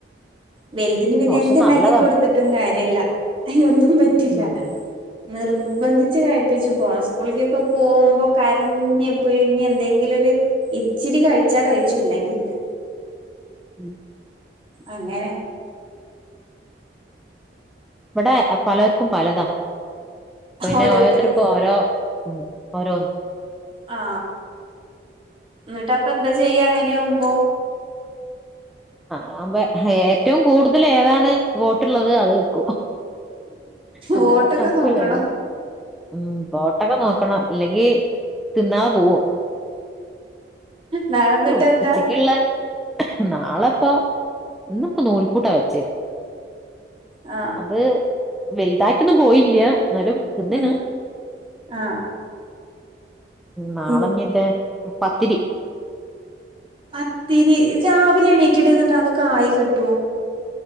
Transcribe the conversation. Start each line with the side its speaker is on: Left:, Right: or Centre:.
Right: വെലുത്തിന് പിന്നെ
Centre: ദോശ
Right: എന്തുണ്ടാക്കി
Centre: നല്ലതാ
Right: കൊടുത്തിട്ടും കാര്യല്ല അയിനൊന്നും പറ്റില്ല
Centre: ഉം
Right: നിർബന്ധിച്ച് കഴിപ്പിച്ച് പോണം സ്കൂളിക്കൊക്കെ പോകുമ്പോ കരഞ്ഞ് പിഴിഞ്ഞ് എന്തെങ്കിലും ഒരു ഇച്ചിരി കഴിച്ചാ കഴിച്ചു ഇല്ലെങ്കില്ല
Centre: ഉം
Right: അങ്ങനെ
Centre: ഇവിടെ പലർക്കും പലതാ പിന്നെ
Right: ഓരോരുത്തര്
Centre: ഓരോരുത്തർക്കും ഓരോ ഉം ഓരോ
Right: ആ എന്നിട്ടപ്പൊ എന്താ ചെയ്യ അങ്ങനെയവുമ്പോ
Centre: ആ ഞാ ഏറ്റവും കൂടുതൽ ഏതാണ് വോട്ടുള്ളത് അത് വെക്കും അല്ല
Right: വോട്ടൊക്കെ
Centre: അത നടക്കൂലല്ലോ
Right: നോക്കണോ
Centre: ഉം അകം നോക്കണം അല്ലെങ്കിൽ തിന്നാ പോവും
Right: നാളെന്നിട്ട്
Centre: നോ
Right: എന്താ
Centre: ഉച്ചക്കുള്ള നാളെപ്പൊ ഇന്നി ഇപ്പോ നൂൽപൂട്ട വെച്ചേ
Right: ആ
Centre: അത് വലുതായിട്ടൊന്നും പോയില്ല എന്നാലും തിന്നിന്
Right: ആഹ് ആഹ്
Centre: നാളങ്ങത
Right: ഉം
Centre: പത്തിരി
Right: പത്തിരി രാവിലെ എണീറ്റിട്ട് എന്നിട്ട് അതൊക്കെ ആയി കിട്ടുവോ